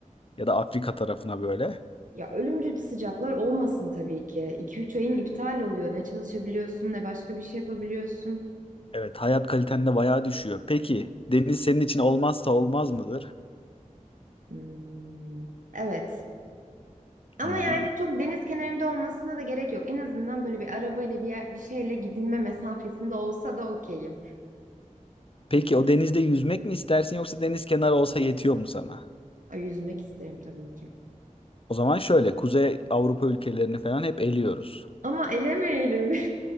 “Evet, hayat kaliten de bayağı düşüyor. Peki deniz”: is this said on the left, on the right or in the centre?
Left